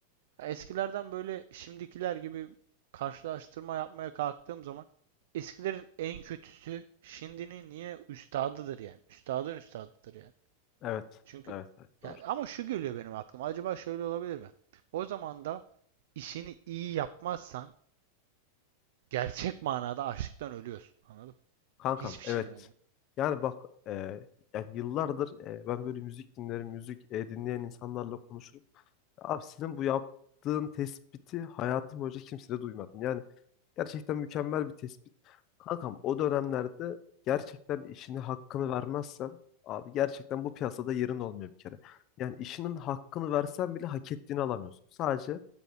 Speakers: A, on the right; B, on the left.
A: Eskilerden böyle şimdikiler gibi karşılaştırma yapmaya kalktığım zaman eskilerin en kötüsü şimdinin niye üstadıdır yani. Üstadın üstadıdır yani.
B: Evet.
A: Çünkü
B: Evet. Evet. Doğru.
A: ya ama şu geliyor benim aklıma. Acaba şöyle olabilir mi? O zaman da işini iyi yapmazsan gerçek manada açlıktan ölüyorsun. Anladın mı?
B: Kankam
A: Hiçbir
B: evet.
A: şeyin olmuyor.
B: Yani bak e, yani yıllardır e, ben böyle müzik dinlerim. Müzik e, dinleyen insanlarla konuşurum. Abi senin bu yaptığın tespiti hayatım boyunca kimse de duymadım. Yani Gerçekten mükemmel bir tespit. Kankam o dönemlerde gerçekten işini hakkını vermezsen abi gerçekten bu piyasada yerin olmuyor bir kere. Yani işinin hakkını versen bile hak ettiğini alamıyorsun. Sadece